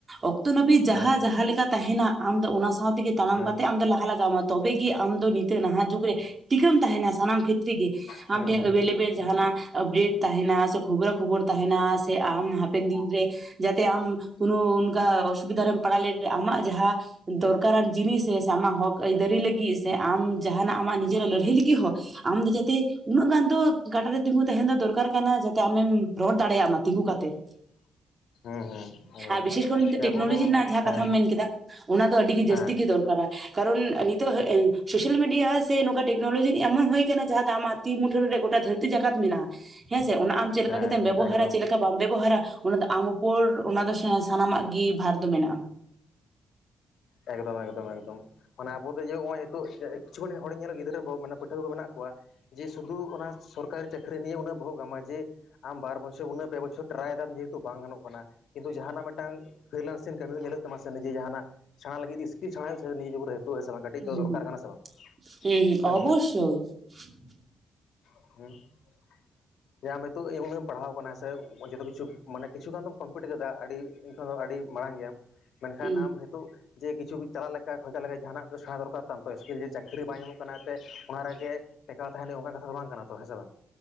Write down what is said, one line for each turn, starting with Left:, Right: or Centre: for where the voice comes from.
Right: ᱚᱠᱛᱚ ᱱᱟᱹᱯᱤᱛ ᱡᱟᱦᱟᱸ
Left: ᱦᱮᱸ
Right: ᱡᱟᱦᱟᱸ ᱞᱮᱠᱟ ᱛᱟᱦᱮᱱᱟ ᱾ ᱟᱢᱫᱚ ᱚᱱᱟ ᱥᱟᱶ ᱛᱮᱜᱮ ᱛᱟᱲᱟᱢ
Left: ᱦᱮᱸ
Right: ᱠᱟᱛᱮ ᱞᱟᱦᱟ ᱞᱟᱜᱟᱣᱢᱟ ᱛᱚᱵᱮ ᱜᱮ ᱟᱢ ᱫᱚ ᱱᱤᱛ ᱱᱟᱦᱟᱜ ᱡᱩᱜᱽ ᱨᱮ ᱴᱤᱠᱟᱹᱢ ᱛᱟᱦᱮᱱᱟ ᱥᱟᱱᱟᱢ ᱠᱷᱮᱛᱨᱮ ᱜᱮ
Left: ᱦᱮᱸ
Right: ᱟᱢ ᱴᱷᱮᱡ
Left: ᱦᱮᱸ ᱦᱮᱸ ᱦᱮᱸ
Right: ᱮᱵᱮᱞᱮᱵᱮᱞ ᱡᱟᱦᱱᱟᱜ ᱟᱯᱰᱮᱴ ᱛᱟᱦᱮᱱᱟ ᱥᱮ ᱠᱷᱚᱵᱨᱟ ᱠᱷᱚᱵᱚᱨ ᱛᱟᱦᱮᱱᱟ ᱥᱮ ᱟᱢ ᱦᱟ ᱦᱟᱯᱮᱱ ᱫᱤᱱ ᱨᱮ ᱡᱟᱛᱮ ᱟᱢ ᱠᱳᱱᱳ ᱚᱱᱠᱟ ᱚᱥᱩᱵᱤᱫᱷᱟ ᱨᱮᱢ ᱯᱟᱲᱟᱣ ᱞᱮᱱ ᱟᱢᱟᱜ ᱡᱟᱦᱟᱸ ᱫᱚᱨᱠᱟᱨᱟᱱ ᱡᱤᱱᱤᱥ ᱥᱮ, ᱥᱮ ᱟᱢᱟᱜ ᱦᱚᱠ ᱟᱹᱭᱫᱟᱹᱨᱤ ᱞᱟᱹᱜᱤᱫ ᱥᱮ ᱟᱢ ᱡᱟᱦᱱᱟᱜ ᱟᱢᱟᱜ ᱱᱤᱡᱮᱨ ᱞᱟᱹᱲᱦᱟᱹᱭ ᱞᱟᱹᱜᱤᱫ ᱠᱤ ᱦᱚ ᱟᱢ <unintelligible> ᱡᱟᱛᱮ ᱩᱱᱟᱹᱜ ᱜᱟᱱ ᱫᱚ ᱜᱟᱴᱟᱨᱮ ᱛᱤᱸᱜᱩ ᱛᱟᱦᱮᱱ ᱫᱚ ᱫᱚᱨᱠᱟᱨ ᱠᱟᱱᱟ ᱡᱟᱛᱮ ᱟᱢᱮᱢ ᱨᱚᱲ ᱫᱟᱲᱮᱭᱟᱜ ᱢᱟ ᱛᱤᱸᱜᱩ ᱠᱟᱛᱮᱫ
Left: <inaudible> ᱦᱮᱸ ᱮᱠᱫᱚᱢ
Right: ᱟᱨ ᱵᱤᱥᱮᱥ ᱠᱚᱨᱮ ᱴᱮᱠᱱᱳᱞᱚᱡᱤ
Left: ᱟᱵᱚ ᱱᱚᱣᱟ
Right: ᱨᱮᱱᱟᱜ ᱡᱟᱦᱟᱸ
Left: ᱦᱮᱸ
Right: ᱠᱟᱛᱷᱟᱢ ᱢᱮᱱ ᱠᱮᱫᱟ ᱚᱱᱟ ᱫᱚ ᱟᱹᱰᱤ ᱜᱮ
Left: ᱦᱮᱸ
Right: ᱡᱟᱹᱥᱛᱤ ᱜᱮ ᱫᱚᱨᱠᱟᱨᱟ ᱠᱟᱨᱚᱱ ᱱᱤᱛᱚᱜ ᱥᱳᱥᱟᱞ ᱢᱤᱰᱤᱭᱟ ᱥᱮ ᱱᱚᱝᱠᱟ ᱴᱮᱠᱱᱳᱞᱚᱡᱤ ᱮᱢᱚᱱ ᱦᱩᱭ ᱟᱠᱟᱱᱟᱱᱟ ᱡᱟᱦᱟᱸ ᱫᱚ ᱟᱢᱟᱜ ᱛᱤ ᱢᱩᱴᱷᱟᱹᱱ ᱨᱮ ᱜᱚᱴᱟ ᱫᱷᱟᱹᱨᱛᱤ ᱡᱟᱠᱟᱛ ᱢᱮᱱᱟᱜᱼᱟ ᱦᱮᱸᱥᱮ ᱚᱱᱟ ᱟᱢ ᱪᱮᱫ ᱞᱮᱠᱟ
Left: ᱦᱮᱸ
Right: ᱠᱟᱛᱮᱢ ᱵᱮᱵᱚᱦᱟᱨᱟ
Left: ᱮᱠᱫᱚᱢ
Right: ᱪᱮᱫ ᱞᱮᱠᱟ ᱵᱟᱢ ᱵᱮᱵᱚᱦᱟᱨᱟ ᱚᱱᱟ ᱟᱢ ᱩᱯᱚᱨ ᱚᱱᱟ ᱫᱚ ᱥᱟᱱᱟᱢᱟᱜ ᱜᱮ ᱵᱷᱟᱨ ᱫᱚ ᱢᱮᱱᱟᱜᱼᱟ
Left: ᱮᱠᱫᱚᱢ ᱮᱠᱫᱚᱢ ᱮᱠᱫᱚᱢ ᱢᱟᱱᱮ ᱟᱵᱚ ᱡᱮ ᱱᱚᱜ-ᱚᱭ ᱱᱤᱛᱚᱜ ᱠᱤᱪᱷᱩ ᱜᱟᱱ ᱦᱚᱲ ᱧᱮᱞ ᱜᱤᱫᱽᱨᱟᱹ ᱢᱟᱱᱮ ᱯᱟᱹᱴᱷᱩᱣᱟᱹ ᱠᱚ ᱢᱮᱱᱟᱜ ᱠᱚᱣᱟ ᱾ ᱡᱮ ᱥᱩᱫᱷᱩ ᱚᱱᱟ ᱥᱚᱨᱠᱟᱨᱤ ᱪᱟᱹᱠᱨᱤ ᱱᱤᱭᱮ ᱩᱱᱟᱹᱜ ᱵᱚᱦᱚᱜ ᱜᱷᱟᱢᱟ ᱡᱮ ᱟᱢ ᱵᱟᱨ ᱵᱚᱪᱷᱚᱨ ᱩᱱᱟᱹᱜ ᱯᱮ ᱵᱚᱪᱷᱚᱨ ᱴᱨᱟᱭ ᱫᱟᱢ ᱡᱮᱦᱮᱛᱩ ᱵᱟᱝ ᱜᱟᱱᱚᱜ ᱠᱟᱱᱟ ᱠᱤᱱᱛᱩ ᱡᱟᱦᱟᱱᱟᱜ ᱢᱤᱫᱴᱟᱝ ᱯᱷᱨᱤᱞᱟᱱᱥᱮᱱ ᱠᱟᱹᱢᱤ ᱧᱮᱞ ᱦᱩᱭᱩᱜ ᱛᱟᱢᱟ ᱥᱮ ᱱᱤᱡᱮ ᱡᱟᱦᱟᱱᱟᱜ ᱥᱮᱬᱟ ᱞᱟᱹᱜᱤᱫ ᱤᱥᱠᱤᱞ ᱥᱮᱬᱟ ᱦᱩᱭᱩᱜ ᱥᱮ ᱱᱤᱭᱟᱹ ᱡᱩᱜᱽ ᱨᱮ ᱦᱩᱸᱥᱮ ᱵᱟᱝ ᱠᱟᱹᱴᱤᱡ
Right: ᱦᱩᱸ
Left: ᱫᱚ ᱫᱚᱨᱠᱟᱨ
Right: ᱦᱩᱸ
Left: ᱠᱟᱱᱟ ᱥᱮ ᱵᱟᱝ
Right: ᱦᱩᱸ
Left: ᱪᱮᱢ ᱢᱚᱱᱮ
Right: <unintelligible>
Left: <unintelligible> ᱡᱮ ᱟᱢ ᱱᱤᱛᱚᱜ ᱩᱱᱟᱜ ᱮᱢ ᱯᱟᱲᱦᱟᱣ ᱟᱠᱟᱱᱟ ᱥᱮ ᱡᱚᱛᱚ ᱠᱤᱪᱷᱩ ᱢᱟᱱᱮ ᱠᱤᱪᱷᱩ ᱜᱟᱱ ᱫᱚᱢ ᱠᱚᱢᱯᱤᱴ ᱠᱮᱫᱟ ᱟᱹᱰᱤ ᱤᱧ ᱠᱷᱚᱱ ᱫᱚ ᱟᱹᱰᱤ ᱢᱟᱲᱟᱝ ᱜᱮᱭᱟᱢ ᱢᱮᱱᱠᱷᱟᱱ
Right: ᱦᱩᱸ
Left: ᱟᱢ ᱱᱤᱛᱚᱜ ᱡᱮ ᱠᱤᱪᱷᱩ ᱪᱟᱞᱟᱜ ᱞᱮᱠᱟ ᱠᱷᱚᱨᱪᱟ ᱞᱮᱠᱟ ᱡᱟᱦᱟᱱᱟᱜ ᱫᱚ ᱥᱮᱬᱟ ᱫᱚᱨᱠᱟᱨ ᱛᱟᱢ ᱛᱚ ᱥᱠᱤᱞ ᱡᱮ ᱪᱟᱹᱠᱨᱤ ᱵᱟᱝ ᱧᱟᱢᱚᱜ ᱠᱟᱱᱟ ᱮᱱᱛᱮᱫ ᱚᱱᱟ ᱨᱮᱜᱮ ᱴᱮᱠᱟᱣ ᱛᱟᱦᱮᱸᱱ ᱚᱱᱠᱟ ᱠᱟᱛᱷᱟ ᱫᱚ ᱵᱟᱝ ᱠᱟᱱᱟ ᱛᱚ ᱦᱮᱸᱥᱮ ᱵᱟᱝ